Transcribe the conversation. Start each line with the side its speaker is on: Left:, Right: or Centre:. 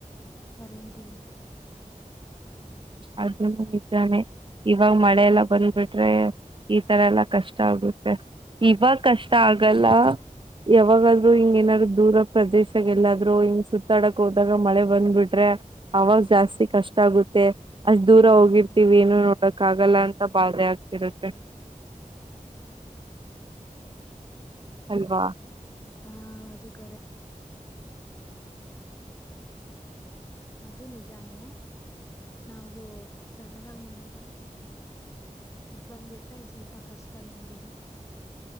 Left: ಕರೆಂಟ್ ಇಲ್ಲ
Right: ಅಜನ ನಿಜಾನೆ ಇವಾಗ ಮಳೆಲ್ಲ ಬಂದ್ಬಿಟ್ರೆ ಈತರ ಎಲ್ಲಾ ಕಷ್ಟ ಆಗ್ಬಿು ಇವಾಗ ಕಷ್ಟ ಆಗಲ್ಲ ಯಾವಾಗಾದ್ೂ ಹಿಂಗ ಏನಾದ್ರು ದೂರ ಪ್ರದೇಶಗೆ ಎಲ್ಲಾದ್ೂ ಹಿಂಗ ಸುತ್ತಾಡಕ್ ಹೋದಾಗ ಮಳೆ ಬಂದ್ಬಿಟ್ರೆ ಅವಾಗ ಜಾಸ್ತಿ ಕಷ್ಟ ಆಗುತ್ತೆ ಅಷ್ಟ್ ದೂರ ಹೋಗಿರ್ತಿೀವಿ
Left: ಹ
Right: ಏನು ನೋಡಕ್ ಆಗಲ್ಲ ಅಂತ ಬಾೆ ಆಗ್ತ ತಿರತ್ತ ಅಲ್ವಾ
Left: ಹಾ ಅದು ಕರೆ ಅದು ನಿಜಾನೇ ನಾವು ಸಡನ್ ಆಗ ಮಳೆ ಬಂದ್ಬಿಟ್ರೆ ಸ್ವಲ್ಪ ಕಷ್ಟ ನಮ್ಗನು